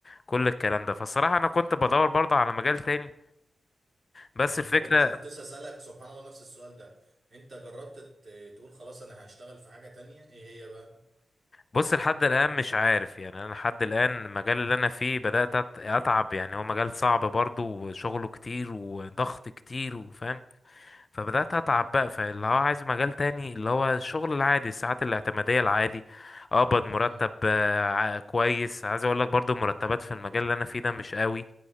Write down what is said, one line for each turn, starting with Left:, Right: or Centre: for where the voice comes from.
Left: كل الكلام ده فالصراحة أنا كنت بدور برضه على مجال تاني بس
Right: مم.
Left: الفكرة
Right: طب انت كنت لسه اسالك سبحان الله نفس السؤال ده انت جربت ت- تقول خلاص انا هشتغل في حاجة تانية ايه هي بقى
Left: بص لحد الآن مش عارف يعني أنا لحد الآن المجال اللي أنا فيه بدأت أت- أتعب يعني هو مجال صعب برضه وشغله كتير وضغط
Right: مم.
Left: كتير وفاهم فبدأت أتعب بقى فاللي هو عايز مجال تاني اللي هو الشغل العادي الساعات الاعتمادية العادي أقبض مرتب
Right: مم.
Left: آه، ع- كويس عايز أقول لك برضو المرتبات في المجال اللي أنا فيه ده مش قوي